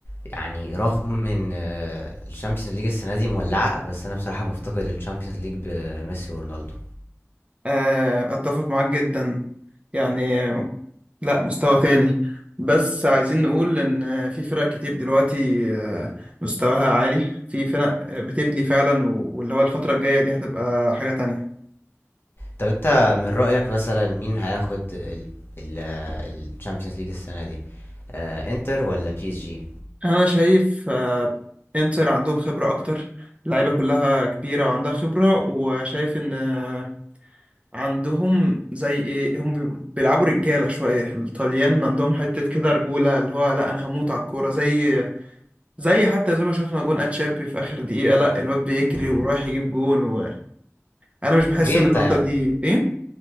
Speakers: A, on the left; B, on the right.
A: يعني رغم ان آه، الشامبيونز ليج السنه دي مولعه بس انا بصراحه مفتقد للشامبيونز ليج بميسي ورونالدو
B: آه، اتفق معاك جدا يعني لا مستوى تاني بس عايزين نقول ان في فرق كتير دلوقتي آه، مستواها عالي في فرق بتبني فعلا و- واللي هو الفترة الجاية دي هتبقى حاجة تانية
A: طب انت من رايك مثلا مين هياخد الشامبيونز ليج السنه دي آه، انتر ولا بي اس جي
B: انا شايف آه، انتر عندهم خبرة اكتر اللعيبة كلها كبيرة وعندها خبرة وشايف ان آه، عندهم زي ايه هم بي- بيلعبوا رجالة شوية الطليان عندهم حتة كده رجولة اللي هو لا انا هموت على الكورة زي زي حتى زي ما شفنا جون اتشيربي في اخر دقيقة لا الواد بيجري
A: مم.
B: ورايح يجيب جون وانا مش بحس
A: جرينتا
B: ان النقطة
A: يعني
B: دي ايه